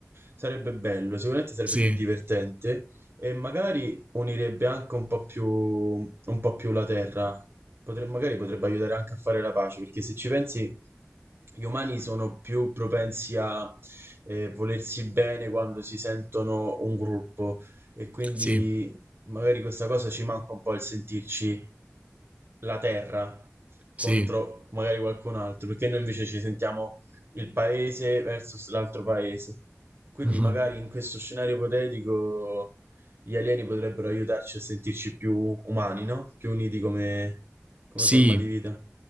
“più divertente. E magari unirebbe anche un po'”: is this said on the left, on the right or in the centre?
Right